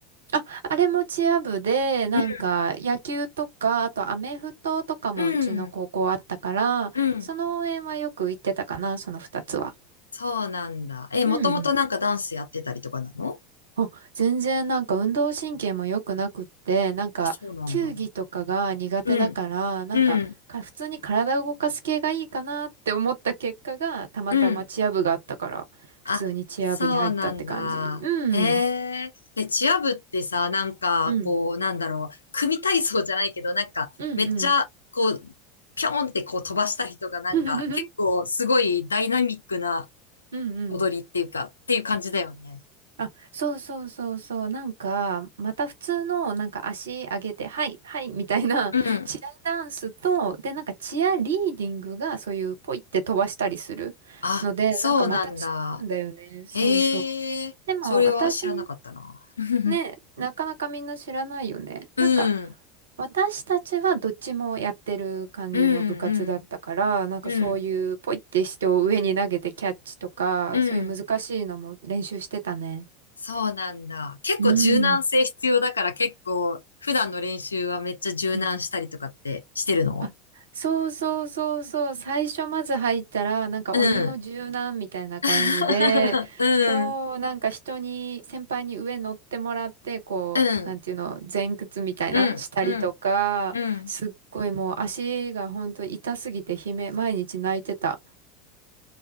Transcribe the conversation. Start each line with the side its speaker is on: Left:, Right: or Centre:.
Right: あ、あれもチア部で、なんか野球とか、
Left: うん、
Right: あとアメフトとかもうちの高校あったから、
Left: うん。うん
Right: その応援はよく行ってたかな、その二つは。
Left: そうなんだ。え、もともとなんかダンスやってたりとかなの
Right: うん。あ、全然なんか運動神経も良くなくって、なんか球技とかが苦手だから、
Left: あ、そうなんだ。うん、
Right: なんか、
Left: うん、
Right: か普通に体を動かす系がいいかなって思った結果が、たまたまチア部があったから、
Left: うん。あ、
Right: 普通にチア部に入ったって感じ。
Left: そうなんだ。
Right: うん。
Left: へえ。え、チア部ってさ、なんか、
Right: うん
Left: こう、なんだろう、組体操じゃないけど、なんか、
Right: うんうん。
Left: めっちゃ、こう、ぴょんってこう飛ばしたりとか、なんか、
Right: <laughs>
Left: 結構すごいダイナミックな
Right: うんうん。
Left: 踊りっていうか、っていう感じだよね。
Right: あ、そうそうそうそう。なんか、また普通の、なんか足上げて、はい、はい、みたいな、
Left: うん。
Right: <laughs> チアダンスと、で、なんかチアリーディングが、そういう、ポイって飛ばしたりするので、
Left: あ、そうなんだ。
Right: なんかまた違うんだよね。そうそう。
Left: へえ。
Right: でも、
Left: それは知らなかったな。
Right: 私、
Left: <laughs>
Right: ね、なかなかみんな知らないよね。
Left: うん。
Right: なんか、私たちはどっちもやってる感じの部活だったから、
Left: うん、うん、
Right: なんかそういうポイって人を上に投げてキャッチとか、
Left: うん、うん。
Right: そういう難しいのも練習してたね。
Left: そうなんだ。結構柔軟性必要だから結構普段の練習はめっちゃ柔軟したりとかってしてるの
Right: うん。うんあそうそうそうそう。最初まず入ったら、なんか鬼の柔軟みたいな感じで、
Left: うん。<laughs> うん。
Right: そう、なんか人に、先輩に上乗ってもらって、こう、
Left: うん。
Right: なんていうの、前屈みたいな、
Left: うん。
Right: したりとか、
Left: うん。うん。
Right: すっごいもう足がほんと痛すぎて悲鳴、毎日泣いてた。